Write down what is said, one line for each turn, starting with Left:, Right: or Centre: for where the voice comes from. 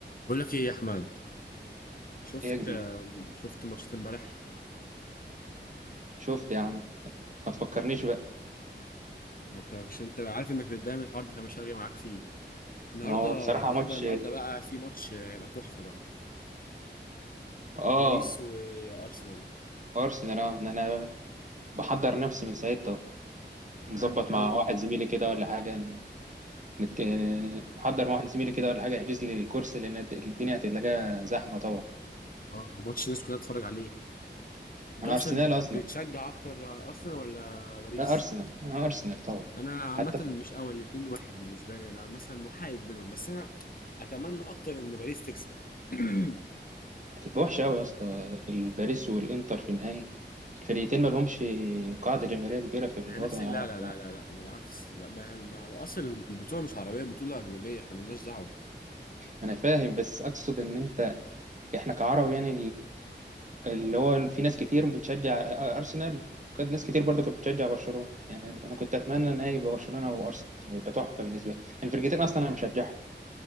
Left: بقول لك ايه يا احمد شفت
Right: ايه يا كبير
Left: آم، شفت ماتشات امبارح
Right: شفت يا عم ما تفكرنيش بقى
Left: مفكركش انت عارف انك بتتضايق من الحوار ده فمش هرجع معاك فيه النهارده
Right: ما هو بصراحة
Left: النهارده
Right: ماتش
Left: النهارده بقى في ماتش آه، هيبقى تحفه بقى
Right: اه
Left: باريس وارسنال
Right: ارسنال اه ان انا بحضر نفسي من ساعتها مظبط
Left: انا بتحاول
Right: مع واحد زميلي كده ولا حاجة نتك... محضر مع واحد زميلي كده ولا حاجة يحجز لي كرسي لان الدنيا هتلاقيها زحمة طبعا
Left: اه ماتش الناس كلها تتفرج عليه انت
Right: انا
Left: اصلا
Right: ارسنال
Left: بتشجع
Right: اصلا
Left: اكتر ارسنال ولا باريس
Right: لا ارسنال انا ارسنال طبعا
Left: انا عامه
Right: حتى في...
Left: مش قوي الاتنين واحد بالنسبه لي انا مثلا محايد بينهم بس انا اتمنى اكتر ان باريس تكسب <clears throat>
Right: هتبقى وحشة قوي يا اسطى الباريس والانتر في النهاية الفريقين ما لهمش قاعدة جماهيرية كبيرة في الوطن
Left: ما هي نفس لا
Right: العربي
Left: لا لا
Right: يعني
Left: لا لا بالعكس لا ما ما هو اصلا البطوله مش عربيه بطوله اجنبيه احنا مالناش دعوه
Right: انا فاهم بس اقصد ان انت احنا كعرب يعني اللي هو في ناس كتير بتشجع ارسنال وكانت ناس كتير برضو كانت بتشجع برشلونه يعني انا كنت اتمنى ان هي يبقى برشلونه وارسنال كان هيبقى تحفه بالنسبه لي الفرقتين اصلا انا بشجعهم